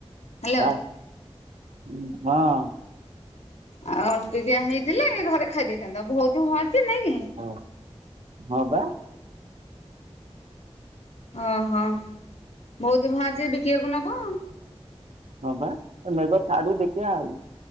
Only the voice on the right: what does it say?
<unintelligible>
ହଁ।
ହଁ ହଁ ବା।
ହଁ ବା ମେଘ ଛାଡୁ ଦେଖିଆ ଆଉ।